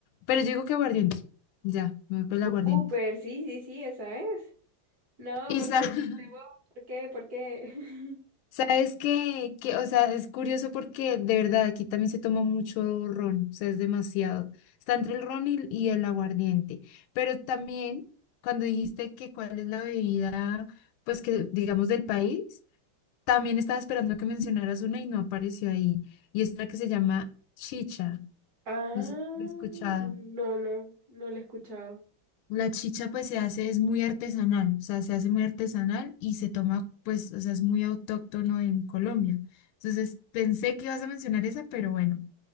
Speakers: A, on the left; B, on the right.
A: Pero yo digo que aguardiente. Ya, me voy por el aguardiente.
B: Súper, sí, sí, sí, esa es. No,
A: Y
B: porque
A: sa-
B: dudaste
A: <laughs>
B: vos? ¿Por qué? ¿Por qué? <laughs>
A: sabes que, que, o sea, es curioso porque de verdad aquí también se toma mucho ron. O sea, es demasiado. Está entre el ron y, y el aguardiente. Pero también, cuando dijiste que cuál es la bebida, pues que digamos del país. También estaba esperando que mencionaras una y no apareció ahí. Y es la que se llama chicha.
B: Ah,
A: No sé si lo he escuchado.
B: no, no, no la he escuchado.
A: La chicha pues se hace, es muy artesanal, o sea, se hace muy artesanal y se toma pues, o sea, es muy autóctono en Colombia. Entonces pensé que ibas a mencionar esa, pero bueno,